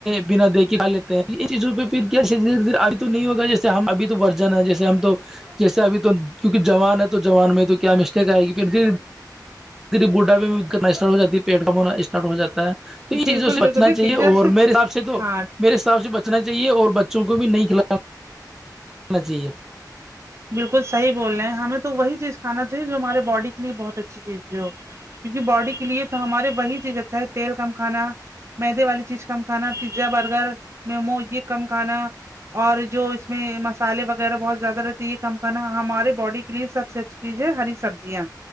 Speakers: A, in the centre; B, on the right.
A: بنا دے کے کھ لیتے ہیں یہ چیزوں پہ پھر کیا دھیر دھیرے ابھی تو نہیں ہوگ جیسے ہم ابھی تو ورژن ہے جیسے ہم تو جیسے اب تو کیونک جووان ہے تو جوان میں تو کیا مسٹیک آئے گی پھر د ی بڈا میںنا اسٹ ہو جاتی پیڑ کام ہونا اسٹ ہو جات ہے تو ان
B: بالکل
A: چیزوں سے
B: بالکل
A: بچنا
B: دیکھیے
A: چاہیے
B: جیسے
A: اور میرے حساب سے تو
B: ہاں
A: میرے حساب سے بچنا چاہیے اور بچوں کو بھی نہیں کھلاناانا چاہیے
B: بالکل صح بول رہے ہیں ہمیں تو وہی چیز کھانااہے جو ہمارے باڈی کے لیے بہت اچھی چیز تھی ہو کیونکہ باڈی کے لیے تو ہمارے وہی چیز اچھا ہے تیل کم کھانا مدے والی چیز ک کھانا پیزا برگر میمو یہ کم کھانا اور جو اس میں مسالے وغیرہ بہت زیادہ یہ کم کرنا ہمارے باڈی کے لیے سب سے اچھی چیز ہے ہری سبزیاں